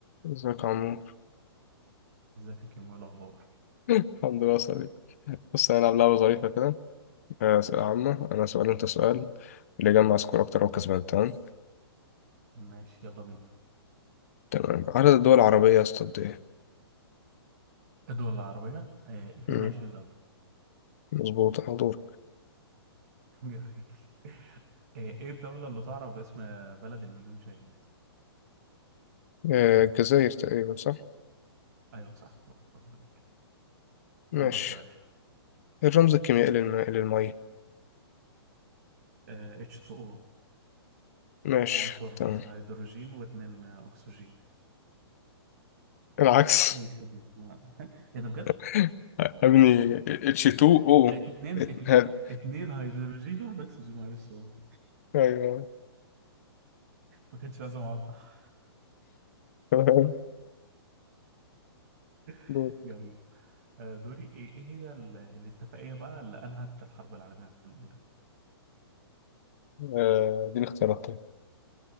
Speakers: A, on the left; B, on the right.
A: ازيك يا عمور
B: ازيك يا كيمو ايه الاخبار
A: الحمد لله صديق بص هنلعب لعبة ظريفة كده آه، أسئلة عامة أنا سؤال وأنت سؤال اللي يجمع سكور أكتر هو كسبان تمام
B: ماشي يلا بينا
A: تمام عدد الدول العربية يا اسطى قد إيه؟
B: الدول العربية آه 22
A: مم،
B: دولة
A: مظبوط حضور
B: <laughs> جميل آه ايه الدولة اللي تعرف باسم بلد المليون شهيد
A: آه، الجزائر تقريبا صح؟
B: ايوه صح برافوك.
A: ماشي
B: دورك يا باشا
A: الرمز الكيميائي للم... للمية
B: آه H2O
A: ماشي
B: عنصر
A: تمام
B: آه، هيدروجين واتنين آه، اكسجين
A: العكس
B: اي خدمة <laughs> ايه ده بجد
A: <laughs> ابني اتش 2 او
B: اتنين اتن-
A: هاد
B: اتنين هيدروجين واحد اكسجين معلش اه.
A: أيوه
B: ما كانش لازم اوضح
A: <laughs> تمام
B: <laughs>
A: دول.
B: جميل آه دوري ايه ايه هي ال- الاتفاقية بقى اللي انهت الحرب العالمية الاولى
A: آه، دي الاختيارات طيب